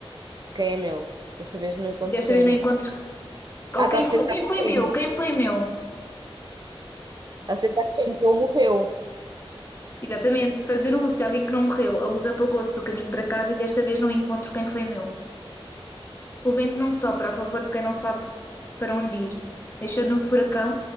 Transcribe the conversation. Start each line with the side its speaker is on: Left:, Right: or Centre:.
Right: Quem é meu? Desta vez não encontro
Left: E desta
Right: quem
Left: vez
Right: é
Left: não
Right: meu.
Left: encontro. Ou
Right: Ah, está
Left: quem
Right: a
Left: foi,
Right: tentar
Left: quem foi
Right: crime.
Left: meu, quem foi meu.
Right: está a tentar crime que ele morreu.
Left: Exatamente, fazer o luto de alguém que não morreu. A luz apagou-se do caminho para casa e desta vez não encontro quem foi meu. O vento não sopra a favor de quem não sabe para onde ir, deixando um furacão